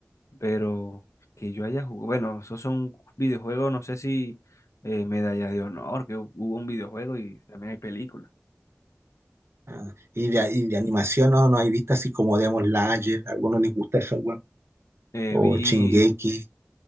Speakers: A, on the left; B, on the right.
A: pero que yo haya jugado, bueno, esos son videojuegos, no sé si eh, Medalla de Honor, que hu- hubo un videojuego y también hay películas.
B: Ah, y, de, y de animación no, no hay visto así como Demon Slayer, a algunos les gusta eso, weón.
A: Eh,
B: O
A: vi,
B: Shingeki,